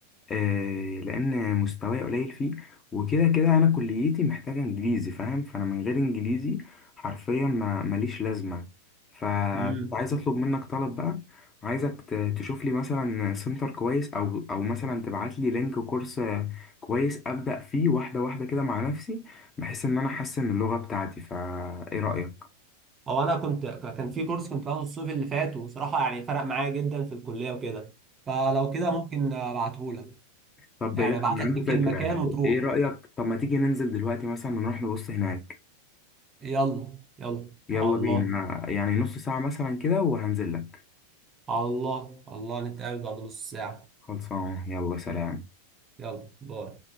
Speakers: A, on the left; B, on the right.
A: آه لأن مستواي قليل فيه وكده كده أنا كليتي محتاجة إنجليزي فاهم فأنا من غير إنجليزي حرفيا ما ماليش لازمة فكنت
B: مم.
A: عايز أطلب منك طلب بقى عايزك ت- تشوف لي مثلا سنتر كويس أو أو مثلا تبعت لي لينك كورس آه، كويس أبدأ فيه واحدة واحدة كده مع نفسي بحيث إن أنا أحسن من اللغة بتاعتي فإيه رأيك؟
B: او انا كنت كان في كورس كنت باخده الصيف اللي فات وصراحه يعني فرق معايا جدا في الكليه وكده فلو كده ممكن ابعتهولك
A: طب
B: يعني
A: لا انا
B: ابعت لك
A: عندي
B: لينك
A: فكره
B: المكان وتروح
A: ايه رايك طب ما تيجي ننزل دلوقتي مثلا نروح نبص هناك
B: يلا يلا
A: يلا
B: على الله
A: بينا يعني نص ساعه مثلا كده وهنزل لك
B: على الله على الله نتقابل بعد نص ساعه
A: خلصان يلا سلام
B: يلا باي